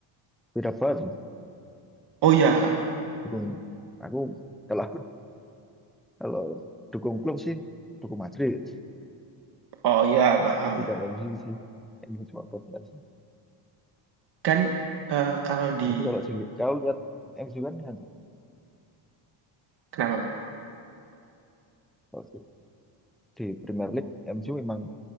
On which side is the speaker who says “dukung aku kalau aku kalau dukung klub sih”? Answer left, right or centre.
Centre